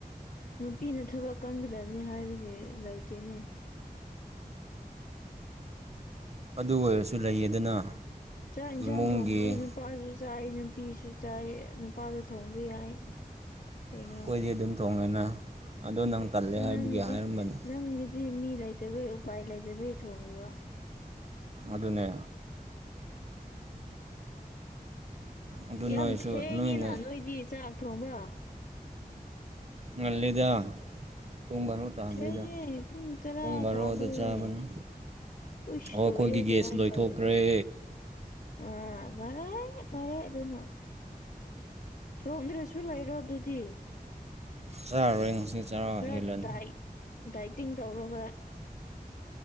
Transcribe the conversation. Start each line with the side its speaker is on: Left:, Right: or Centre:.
Left: ꯅꯨꯄꯤꯅ ꯊꯕꯛ ꯀꯟꯒꯗꯕꯅꯤ ꯍꯥꯏꯕꯒꯤ ꯂꯩꯇꯦꯅꯦ
Right: ꯑꯗꯨ ꯑꯣꯏꯔꯁꯨ ꯂꯩꯌꯦꯗꯅ
Left: ꯆꯥꯛ ꯏꯟꯁꯥꯡ
Right: ꯏꯃꯨꯡꯒꯤ
Left: ꯊꯣꯡꯕꯗꯤ ꯅꯨꯄꯥꯁꯨ ꯆꯥꯏ ꯅꯨꯄꯤꯁꯨ ꯆꯥꯏ ꯅꯨꯄꯥꯖꯨ ꯊꯣꯡꯕ ꯌꯥꯏ ꯀꯩꯅꯣ
Right: ꯑꯩꯈꯣꯏꯗꯤ ꯑꯗꯨꯝ ꯊꯣꯡꯉꯦꯅ ꯑꯗꯣ ꯅꯪ ꯇꯜꯂꯦ ꯍꯥꯏꯕꯒꯤ
Left: ꯅꯪꯒꯤꯗꯤ
Right: ꯍꯥꯏꯔꯝꯕꯅꯤ
Left: ꯅꯪꯒꯤꯗꯤ ꯃꯤ ꯂꯩꯇꯕꯩ ꯎꯄꯥꯏ ꯂꯩꯇꯕꯩ ꯊꯣꯡꯉꯤꯕ
Right: ꯑꯗꯨꯅꯦ ꯑꯗꯨ ꯅꯣꯏꯁꯨ
Left: ꯌꯥꯝ ꯊꯦꯡꯉꯤꯅ
Right: ꯅꯣꯏꯅ
Left: ꯅꯣꯏꯗꯤ ꯆꯥꯛ ꯊꯣꯡꯕ
Right: ꯉꯟꯂꯦꯗꯥ ꯄꯨꯡ ꯕꯥꯔꯣ ꯇꯥꯗ꯭ꯔꯤꯗ
Left: ꯊꯦꯡꯉꯦ ꯄꯨꯡ ꯇꯔꯥ
Right: ꯕꯥꯔꯣꯗ
Left: ꯇꯥꯗꯧꯔꯦ
Right: ꯆꯥꯕꯅꯤ
Left: ꯎꯁ
Right: ꯑꯣ
Left: ꯂꯣꯏꯔꯦ
Right: ꯑꯩꯈꯣꯏꯒꯤ
Left: ꯑꯗꯨꯃꯥꯏꯅ
Right: ꯒ꯭ꯌꯥꯁ ꯂꯣꯏꯊꯣꯛꯈ꯭ꯔꯦ
Left: ꯇꯧꯔꯗꯤ ꯑ ꯐꯔ ꯐꯔꯦ ꯑꯗꯨꯅ ꯊꯣꯡꯗ꯭ꯔꯦꯁꯨ ꯂꯩꯔꯣ ꯑꯗꯨꯗꯤ
Right: ꯆꯔꯔꯣ ꯉꯁꯤ ꯆꯔꯥ
Left: ꯈꯔ
Right: ꯍꯦꯜꯂꯅꯤ
Left: ꯗꯥꯏ ꯗꯥꯏꯇꯤꯡ ꯇꯧꯔꯒ